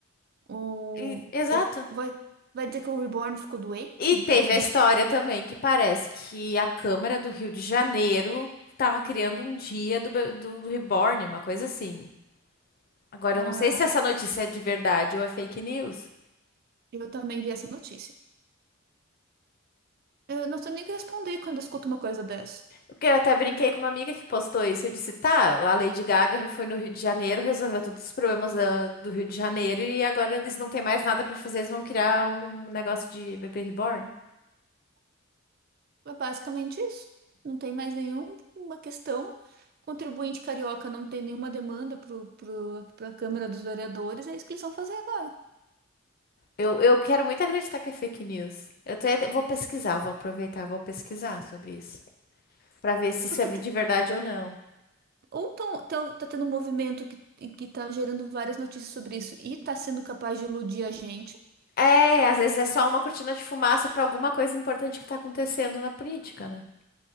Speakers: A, on the right; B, on the left.
A: Ou,
B: E- Exato.
A: ou vai, vai dizer que o Reborn ficou doente?
B: E teve
A: Vai pedir.
B: a história também que parece que a Câmara do Rio de Janeiro estava criando um dia do, be- do Reborn, uma coisa assim. Agora,
A: Ai,
B: eu não sei se essa notícia é de verdade ou é fake news.
A: eu também vi essa notícia. Eu não sei nem o que responder quando eu escuto uma coisa dessa.
B: Porque eu até brinquei com uma amiga que postou isso. Eu disse, tá, a Lady Gaga já foi no Rio de Janeiro, resolveu todos os problemas da- do Rio de Janeiro e agora eles não têm mais nada para fazer, eles vão criar um negócio de bebê reborn.
A: É basicamente isso. Não tem mais nenhuma questão. Contribuinte carioca não tem nenhuma demanda para a Câmara dos Vereadores, é isso que eles vão fazer agora.
B: Eu, eu quero muito acreditar que é fake news. Eu até até vou pesquisar, vou aproveitar, vou pesquisar sobre isso. Pra ver se isso
A: Porque
B: é
A: tá,
B: de verdade ou não.
A: ou tão, tão- tá tendo um movimento que, e que tá gerando várias notícias sobre isso e tá sendo capaz de iludir a gente.
B: É, às
A: Pô,
B: vezes é só uma cortina de fumaça pra alguma coisa importante que tá acontecendo na política, né?